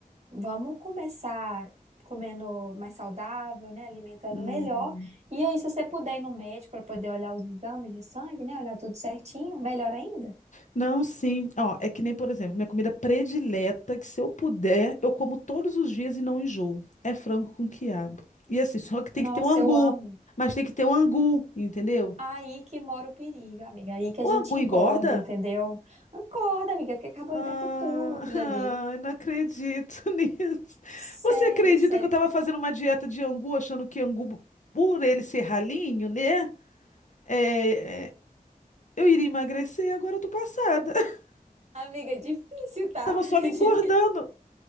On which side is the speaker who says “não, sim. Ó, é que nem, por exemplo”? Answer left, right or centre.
Left